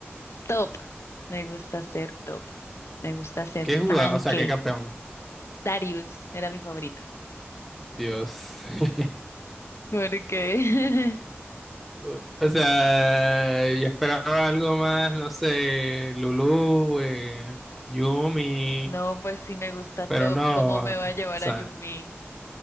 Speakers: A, on the left; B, in the centre.
A: Top, me gusta ser top, me gusta ser
B: ¿Qué jugabas?
A: tanque.
B: O sea, ¿qué campeón?
A: Darius era mi favorito.
B: Dios. <laughs>
A: ¿Por qué?
B: O o sea, yo esperaba algo más, no sé, Lulu, eh, Yumi,
A: <laughs> No, pues sí me gusta top,
B: pero no,
A: ¿cómo me
B: o
A: va a llevar
B: sea,
A: a Yumi?